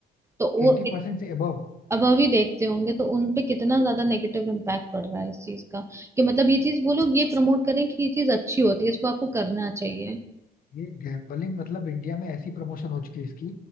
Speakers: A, on the right; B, on the left.
A: तो वो
B: एटी
A: इत-
B: परसेंट से अबव
A: अब अभी देखते होंगे तो उन पे कितना ज्यादा नेगेटिव इम्पैक्ट पड़ रहा है इस चीज का कि मतलब ये चीज वो लोग ये प्रमोट करें कि ये चीज अच्छी होती है इसको आपको करना चाहिए
B: ये गैम्बलिंग मतलब इंडिया में ऐसी प्रमोशन हो चुकी है इसकी